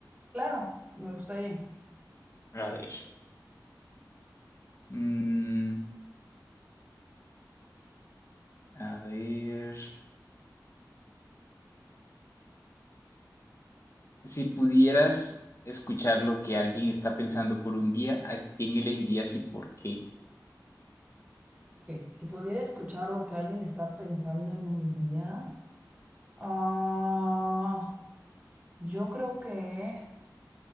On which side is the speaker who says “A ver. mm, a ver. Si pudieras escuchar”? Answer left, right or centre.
Left